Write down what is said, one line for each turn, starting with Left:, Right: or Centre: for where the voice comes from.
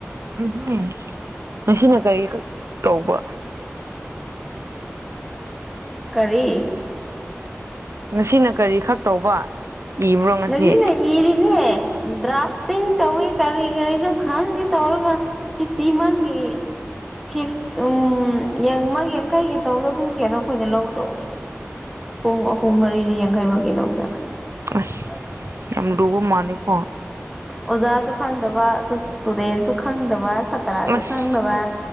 Right: ꯎꯝ ꯉꯁꯤꯅ ꯀꯩ ꯈꯛ ꯇꯧꯕ
Centre: ꯀꯔꯤ
Right: ꯉꯁꯤꯅ ꯀꯔꯤ ꯈꯛ ꯇꯧꯕ ꯏꯕ꯭ꯔꯣ
Centre: <unintelligible>
Right: ꯉꯁꯤ
Centre: ꯏꯔꯤꯅꯦ ꯗ꯭ꯔꯥꯐꯇꯤꯡ ꯇꯧꯋꯦ ꯀꯔꯤ ꯀꯔꯤꯅꯣ ꯈꯪꯗꯦ ꯇꯧꯔꯒ ꯐꯤꯐꯇꯤ ꯃꯥꯒꯤ ꯐꯤꯐ ꯎꯝ ꯌꯥꯝꯃꯩ ꯌꯥꯡꯈꯩꯒꯤ ꯇꯧꯕꯗꯣ ꯄꯨꯡ ꯀꯥꯅꯣ ꯑꯩꯈꯣꯏꯅ ꯂꯧꯕꯗꯣ ꯄꯨꯡ ꯑꯍꯨꯝ ꯃꯔꯤꯅꯤ ꯌꯥꯡꯈꯩꯃꯒꯤ ꯂꯧꯕꯗ
Right: ꯑꯁ
Centre: <inaudible>
Right: ꯌꯥꯝ ꯂꯨꯕ ꯃꯥꯅꯦꯀꯣ
Centre: ꯑꯣꯖꯥꯁꯨ ꯈꯪꯗꯕ ꯏꯁꯇꯨꯗꯦꯟꯁꯨ ꯈꯪꯗꯕ ꯁꯥꯇ꯭ꯔꯁꯨ
Right: ꯑꯁ
Centre: ꯈꯪꯗꯕ